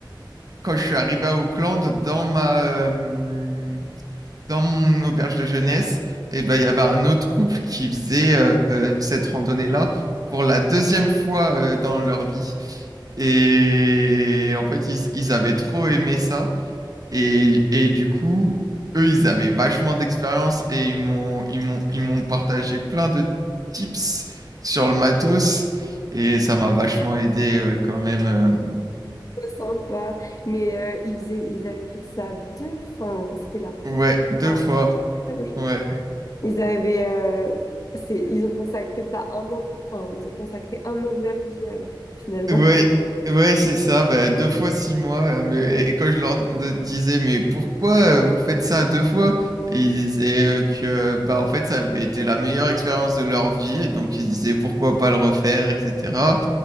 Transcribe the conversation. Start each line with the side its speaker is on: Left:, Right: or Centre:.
Right: quand je suis arrivé à Auckland, dans ma, euh, dans mon auberge de jeunesse, et ben, il y avait un autre couple qui faisait euh, cette randonnée-là pour la deuxième fois euh, dans leur vie. Et en fait, ils, ils avaient trop aimé ça. Et, et du coup, eux, ils avaient vachement d'expérience et ils m'ont, ils m'ont, ils m'ont partagé plein de tips sur le matos. Et ça m'a vachement aidé ouais, quand même. euh,
Left: trop sympa. Mais euh, ils faisaient, ils avaient fait ça deux, enfin, c'était leur deuxième
Right: Ouais, deux
Left: fois,
Right: fois.
Left: c'est incroyable.
Right: Ouais.
Left: Ils avaient, euh, c'est, ils ont consacré ça un an, enfin, ils ont consacré un an de leur vie alors, finalement.
Right: Ouais, ouais, c'est ça, bah, deux fois six mois. euh, Mais, et quand je leur de- disais, mais pourquoi euh, vous faites ça deux fois? Et ils disaient euh, que bah, en fait, ça avait été la meilleure expérience de leur vie. Et donc, ils disaient pourquoi pas le refaire, etc.